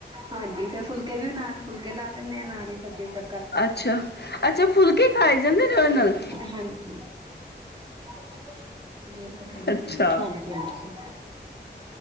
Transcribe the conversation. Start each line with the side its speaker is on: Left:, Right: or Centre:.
Right: ਹਾਂਜੀ ਫੇਰ ਫੁਲਕੇ ਵੀ ਨਾਲ ਫੁਲਕੇ ਲਾ ਲੈਂਣੇ ਆਾਂ ਨਾਲ ਹੀ ਸਬਜ਼ੀਆਂ ਨੂੰ ਤਰ
Left: ਅੱਛਾ-ਅੱਛਾ ਫੁਲਕੇ ਖਾਏ ਜਾਂਦੇ ਨੇ ਉਹਦੇ ਨਾਲ।
Right: ਹਾਂਜੀ <inaudible> ਲੈ
Left: ਅੱਛਾ,
Right: ਕੇ ਹਾਂਜੀ ਹਾਂਜੀ